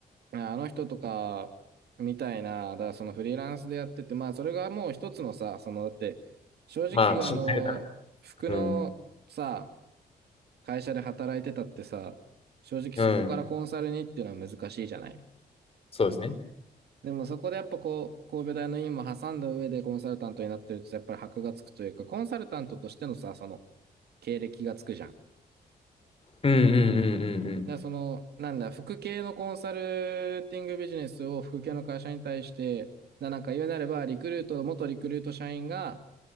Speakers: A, on the right; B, on the left.
A: ああの人とか、みたいな、だからそのフリーランスでやってて、まあそれがもう一つのさ、その、だって、正直あの、
B: まあ、心配だから。
A: 服のさ、
B: うん。
A: 会社で働いてたってさ、正直そこからコンサルにっていうのは難しいじゃない。
B: うん。そうですね。
A: でもそこでやっぱこう、神戸大の院も挟んだ上でコンサルタントになってるとやっぱり箔がつくというか、コンサルタントとしてのさ、その経歴がつくじゃん。
B: うんうんうん
A: で、その、なんだ、副系のコンサルティングビジネスを副系の会社に対して、だなんか言うなれば、リクルート、元リクルート社員が